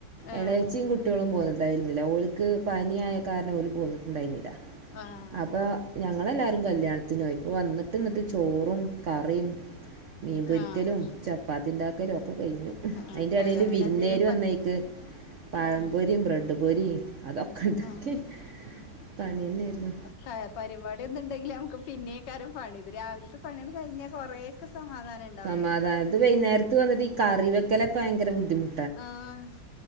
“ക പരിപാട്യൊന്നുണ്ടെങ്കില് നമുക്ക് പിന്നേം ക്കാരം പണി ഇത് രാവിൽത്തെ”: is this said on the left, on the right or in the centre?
Left